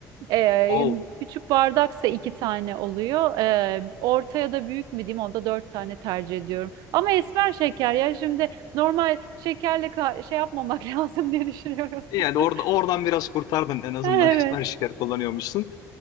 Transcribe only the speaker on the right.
Ee,
küçük bardaksa iki tane oluyor. Ee, ortaya da büyük mü diyeyim onda dört tane tercih ediyorum. Ama esmer şeker ya şimdi normal şekerle ka- şey yapmamak <laughs> lazım diye düşünüyorum.
<laughs>
Evet,